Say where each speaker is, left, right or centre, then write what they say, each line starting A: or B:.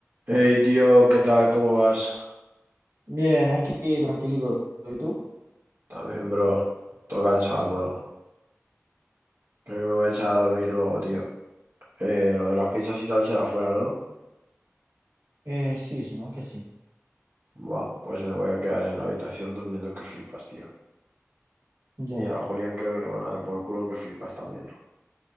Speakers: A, on the right; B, on the right.
A: Hey tío, ¿qué tal? ¿Cómo vas?
B: Bien, aquí tranquilito. ¿Y tú?
A: También, bro. Todo cansado, hermano. Creo que me voy a echar a dormir luego, tío. Eh, lo de las pizzas y tal será afuera, ¿no?
B: Eh, sí, supongo que sí.
A: Buah, pues me voy a quedar en la habitación durmiendo que flipas, tío.
B: Ya,
A: Y al Julián creo que le van a dar por culo que flipas también.